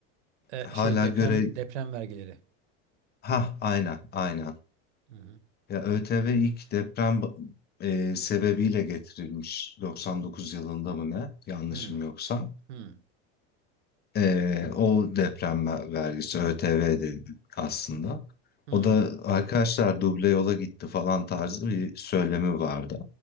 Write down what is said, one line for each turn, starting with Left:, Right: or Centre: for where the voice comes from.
Right: E,
Left: Hala
Right: şey deprem
Left: göre
Right: deprem vergileri.
Left: ha aynen aynen.
Right: Hı hı.
Left: Ya ÖTV ilk deprem ba- e, sebebiyle getirilmiş 99 yılında mı ne yanlışım
Right: Hı
Left: yoksa.
Right: hı.
Left: Ee, o deprem ver- vergisi ÖTV dedi aslında.
Right: Hı.
Left: O da arkadaşlar duble yola gitti falan tarzı bir söylemi vardı.